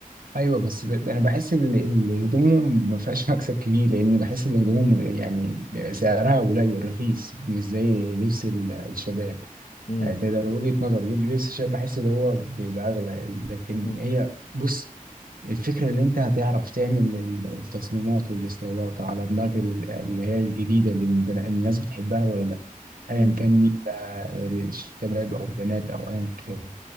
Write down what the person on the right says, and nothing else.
ايوه بس ب... انا بحس ان إن هدومهم ما فيهاش مكسب كبير لان بحس ان هدومهم يعني سعرها قليل رخيص مش زي لبس ال- الشباب
آه، ده ده وجهة نظر لبس الشباب بحس ان هو بيبقى اغلى لكن
هي بص الفكرة اللي انت هتعرف تعمل ال- التصميمات والاستايلات على دماغ ال- اللي هي الجديدة اللي البن- الناس بتحبها ولا لا
ايا كان مين بقى آه، شباب او بنات او ايا كان